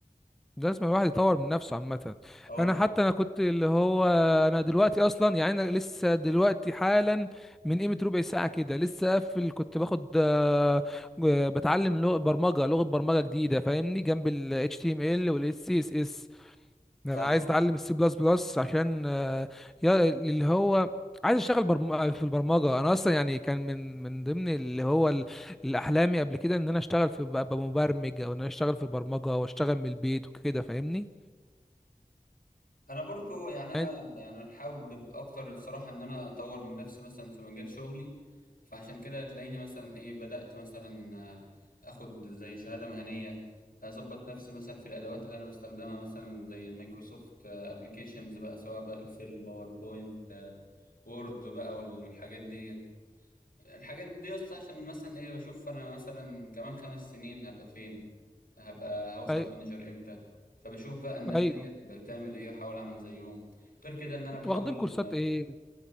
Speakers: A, in the centre; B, on the left (about 80°).
A: لازم الواحد يطور من نفسه عامه
B: اه
A: انا حتى انا كنت اللي هو انا دلوقتي اصلا يعني انا لسه دلوقتي حالا من قيمه ربع ساعه كده لسه قافل كنت باخد آه، آه، بتعلم لغه برمجه لغه برمجه جديده فاهمني جنب ال HTML وال CSS انا
B: اه
A: عايز اتعلم السي بلس بلس عشان آه، يا اللي هو عايز اشتغل برم... في البرمجه انا اصلا يعني كان من من ضمن اللي هو ال- الاحلامي قبل كده ان انا اشتغل في ابقى مبرمج او ان انا اشتغل في البرمجه واشتغل من البيت وكده فاهمني
B: انا برضو يعني انا
A: أي...
B: يعني حابب اكتر الصراحه ان انا اطور من نفسي مثلا في مجال شغلي فعشان كده هتلاقيني مثلا ايه بدات مثلا آه، اخد زي شهاده مهنيه اظبط نفسي مثلا في الادوات اللي انا بستخدمها مثلا زي المايكروسوفت ابلكيشنز بقى سواء بقى اكسل باوربوينت وورد بقى والحاجات دي الحاجات دي بس عشان مثلا ايه بشوف انا مثلا كمان خمس سنين هبقى فين هبقى هوصل
A: أي...
B: مانجر امتى فبشوف بقى الناس
A: ايوه
B: ديت بتعمل ايه واحاول اعمل زيهم غير كده ان انا بحاول
A: واخدين كورسات ايه